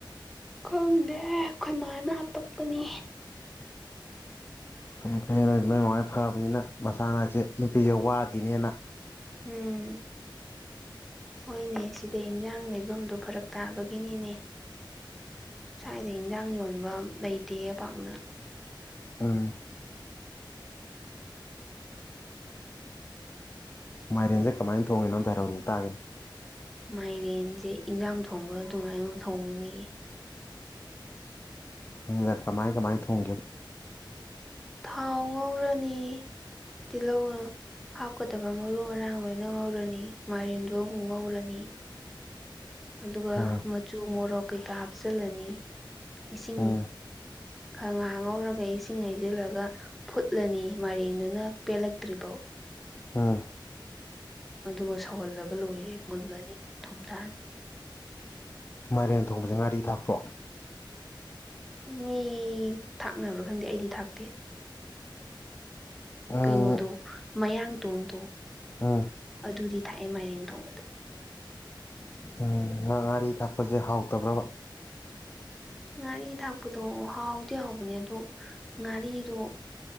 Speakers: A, in the centre; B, on the left (about 25°).
A: ꯈꯪꯗꯦ ꯑꯩꯈꯣꯏꯃꯥꯅ ꯍꯥꯞꯄꯛꯄꯅꯤ
B: ꯐꯩꯌ‌ꯦ ꯐꯩꯌ‌ꯦ ꯅꯪ ꯅꯣꯏ ꯃꯥꯍ‌ꯣꯏ ꯐꯕꯅꯤꯅ ꯃꯆꯥꯑꯁꯦ ꯅꯨꯄꯤꯁꯦ ꯋꯥꯒꯤꯅꯦꯅ
A: ꯎꯝ ꯍꯣꯏꯅꯦ ꯁꯤꯗ ꯏꯟꯖꯥꯡ ꯂꯩꯐꯝꯗꯨ ꯐꯔꯛ ꯇꯥꯕꯒꯤꯅꯤꯅꯦ ꯁ꯭ꯋꯥꯏꯗ ꯏꯟꯖꯥꯡ ꯌꯣꯟꯕꯝ ꯂꯩꯇꯦ ꯄꯥꯛꯅ
B: ꯎꯝ ꯃꯥꯏꯔꯦꯟꯁꯦ ꯀꯃꯥꯏꯟ ꯊ‌ꯣꯡꯉꯤꯅꯣ ꯑꯝꯇ ꯍꯥꯏꯔꯧꯅ‌ꯦ ꯇꯥꯒ‌ꯦꯅ‌ꯦ
A: ꯃꯥꯏꯔꯦꯟꯖ‌ꯦ ꯏꯟꯖꯥꯡ ꯊꯣꯡꯕ ꯑꯗꯨꯃꯥꯏꯅ ꯃꯨ ꯊꯣꯡꯉꯤꯅꯤ
B: ꯑꯗꯨꯗ ꯀꯃꯥꯏ ꯀꯃꯥꯏꯟ ꯊꯣꯡꯒꯦꯕ
A: ꯊꯥꯎ ꯉꯧꯔꯅꯤ ꯇꯤꯜꯍꯧꯅ ꯍꯥꯞꯀꯗꯕ ꯃꯔꯨ ꯃꯔꯥꯡ ꯂꯣꯏꯅ ꯉꯧꯔꯅꯤ ꯃꯥꯏꯔꯦꯟꯗꯨꯣ ꯑꯃꯨꯛ ꯉꯧꯔꯅꯤ ꯑꯗꯨꯒ
B: ꯎꯝ
A: ꯃꯆꯨ ꯃꯣꯔꯣꯛ ꯀꯩꯀꯥ ꯍꯥꯞꯆꯤꯜꯂꯅꯤ ꯏꯁꯤꯡ
B: ꯎꯝ
A: ꯈꯍꯥꯡ ꯉꯧꯔꯒ ꯏꯁꯤꯡ ꯍꯩꯖꯤꯜꯂꯒ ꯐꯨꯠꯂꯅꯤ ꯃꯔꯦꯟꯗꯨꯅ ꯄꯦꯜꯂꯛꯇ꯭ꯔꯤꯕꯥꯎ
B: ꯎꯝ
A: ꯑꯗꯨꯒ ꯁꯧꯍꯜꯂꯒ ꯂꯣꯏꯔꯦ ꯃꯨꯜꯂꯅꯤ ꯊꯨꯝꯊꯅꯤ
B: ꯃꯥꯏꯔꯦꯟ ꯊꯣꯡꯕꯁꯦ ꯉꯥꯔꯤ ꯊꯥꯛꯄ꯭ꯔꯣ
A: ꯃꯤ ꯊꯥꯛꯅꯕ꯭ꯔꯥ ꯈꯪꯗꯦ ꯑꯩꯗꯤ ꯊꯥꯛꯇꯦ
B: ꯎꯝ
A: ꯀꯩꯅꯣꯗꯣ ꯃꯌꯥꯡ ꯇꯣꯟꯗꯣ
B: ꯎꯝ
A: ꯑꯗꯨꯗꯤ ꯊꯥꯛꯑꯦ ꯃꯥꯏꯔꯦꯟ ꯊꯣꯡꯕꯗ
B: ꯎꯝ ꯉꯥ ꯉꯥꯔꯤ ꯊꯥꯛꯄꯁꯦ ꯍꯥꯎꯇꯕ꯭ꯔꯕ
A: ꯉꯥꯔꯤ ꯊꯥꯛꯄꯗꯣ ꯍꯥꯎꯗꯤ ꯍꯥꯎꯕꯅꯦ ꯑꯗꯣ ꯉꯥꯔꯤꯗꯣ